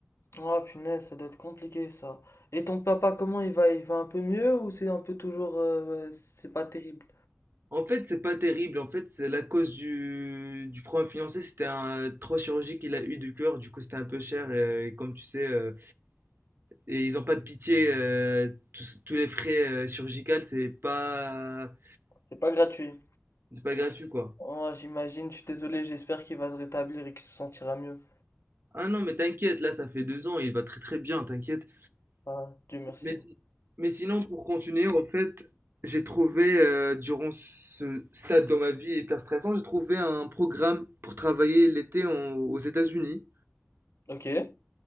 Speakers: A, on the left (about 75°); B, on the right (about 55°).
A: Oh punaise, ça doit être compliqué ça. Et ton papa, comment il va? Il va un peu mieux ou c'est un peu toujours... euh, ouais, c'est pas terrible?
B: En fait, c'est pas terrible. En fait, c'est la cause du, du problème financier. C'était un trois chirurgie qu'il a eu du cœur. Du coup, c'était un peu cher. Et, et comme tu sais, euh, et ils ont pas de pitié. euh, tous, tous les frais euh, chirurgicaux, c'est pas,
A: C'est pas gratuit.
B: c'est pas gratuit, quoi.
A: Oh, j'imagine, je suis désolé, j'espère qu'il va se rétablir et qu'il se sentira mieux.
B: Ah non, mais t'inquiète. Là, ça fait deux ans. Il va très très bien. T'inquiète.
A: Ah, Dieu merci.
B: Mais, si, mais sinon, pour continuer, en fait, j'ai trouvé euh, durant ce stade dans ma vie hyper stressant, j'ai trouvé un programme pour travailler l'été en- aux États-Unis.
A: Ok.